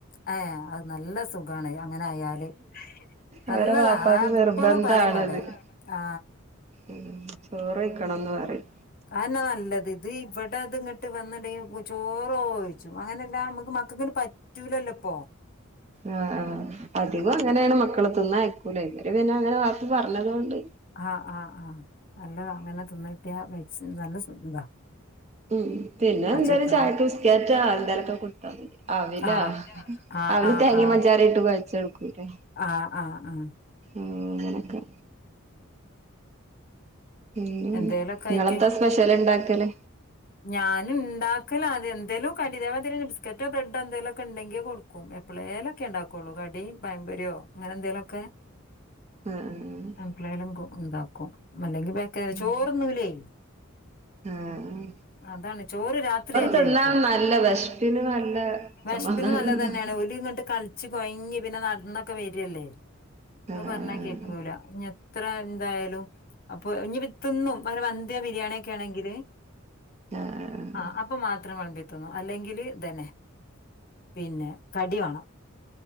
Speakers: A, on the left; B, on the right.
A: <unintelligible> അത് നല്ല സുഖമാണ് അങ്ങനായാല് നല്ലത
B: അവരെ വാപ്പാക്ക്
A: ഞാൻ
B: നിർബന്ധാണത്
A: എപ്പളും പറയും ഇവിടെ. ആ.
B: ഉം ചോറ് കഴിക്കണെന്ന് പറയി
A: അതെന്ന നല്ലത് ഇത് ഇവിടെ അത് ഇങ്ങോട്ട് വന്നട ചോറോഴിച്ചു അങ്ങനെല്ലാം നമ്മുക്ക് മക്കക്ക് പറ്റൂലല്ലോ ഇപ്പൊ
B: ആ ആ അധികം
A: ഉം
B: അങ്ങനെയാണ് മക്കള തിന്നയക്കൂല ഇക്ക് പിന്നെ അങ്ങനെ വാക്ക് പറഞ്ഞത് കൊണ്ട്
A: ആ ആ ആ നല്ലതാ അങ്ങനെ തിന്ന്ട്ടിയ വച്ച് നല്ല ഇതാ
B: ഉം പിന്നെ
A: പച്ചക്കറി
B: എന്തായാലും ചായക്ക് ബിസ്കേറ്റോ എന്തായാലൊക്കെ കൊടുത്താ മതി അവിലേ
A: ആഹ് ആഹ്
B: അവല്
A: ആഹ്
B: തേങ്ങി
A: ആഹ്
B: പഞ്ചാരി ഇട്ട് കേഴച്ചേട്ക്കൂലെ
A: ആഹ് ആഹ് ആഹ്
B: അങ്ങനൊക്കെ പിന്നെന്താ
A: എന്തേലൊക്കെ
B: നിങ്ങളെത്താ
A: ആയിട്ട്
B: സ്പെഷ്യല് ഇണ്ടാക്കല്
A: ഞാനും ഉണ്ടാക്കല് അത് എന്തേലും കടിേവ <unintelligible> ബസ്ക്കറ്റ് ബ്രെഡ് എന്തെലുക്കെ ഉണ്ടെങ്കി കൊടുക്കും എപ്പോഴേലൊക്കെ ഉണ്ടാക്കുള്ളൂ കടി പഴംപൊരിയോ അങ്ങനെ എന്തെങ്കിലൊക്കെ
B: ആഹ് ആഹ്
A: എപ്പ ളേലും ഉണ്ടാക്കും അല്ലെങ്കി <unintelligible>
B: ഉം
A: ചോറ് തിന്നൂലെ
B: ആഹ്
A: അതാണ് ചോറ് രാത്രിയല്ലേ
B: തിന്നാ
A: ചോയിക്കും
B: നല്ല വെശ്പ്പിന് നല്ല
A: വിഷപ്പിന്
B: സമാധാനം
A: നല്ല
B: ഉണ്ടാവും
A: തന്നെ <unintelligible> ച്ച കൊഴങ്ങി പിന്നെ നടന്നൊക്കെ വരല്ലേ അത്
B: ആഹ്
A: പറഞ്ഞാ കേക്കൂല ഇത്ര എന്തായാലും അപ്പൊ ഇനി ഇപ്പേ തിന്നും വ പുതിയ <unintelligible> ബിരിയാണിയൊക്കെ ആണെങ്കിൽ
B: ആഹ് ആഹ്
A: ആ അപ്പൊ മാത്രം വളമ്പ ന്നു അല്ലെങ്കിൽ ഇതന്നെ പിന്നെ കടി വേണം